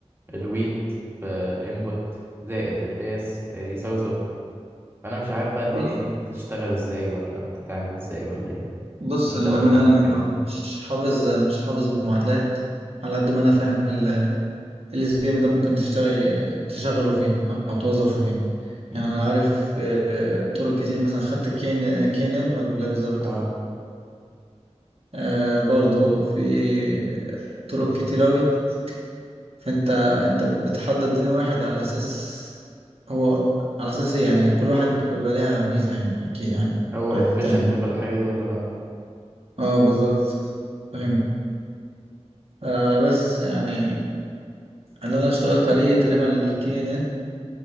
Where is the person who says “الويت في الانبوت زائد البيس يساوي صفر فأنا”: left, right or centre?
Right